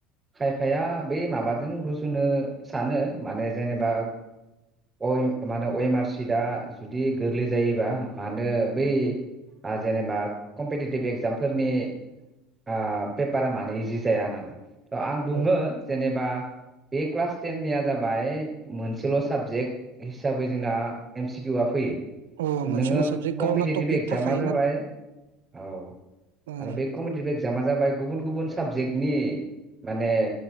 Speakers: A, on the right; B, on the right.
A: खाय फाया बै माबाजों रुजुनो सानो माने जेनेबा अ मा होनो अ अम आर सिटआ जुदि गोरलै जायोबा मानो बै आ जेनेबा कम्पिटिटिभ एगजामफोरनि आ पेपारा मानो इजि जाया होनानै आं बुंङो
B: औ
A: जेनेबा बे क्लास टेननिया जाबाय मोनसेल' साबजेक्ट हिसाबै जोंना एम सि किउआ फैयो।
B: अ
A: थ'
B: मोनसेल'
A: नोङो
B: साबजेक्ट
A: कम्पिटिटिभ
B: गावना टपिक
A: एग्जामा
B: थाखाय
A: जाबाय औ
B: ओम
A: आरो बे कमदिक इक्जाम‌ आ जाबाय गुबुन गुबुन साबजेक्टनि माने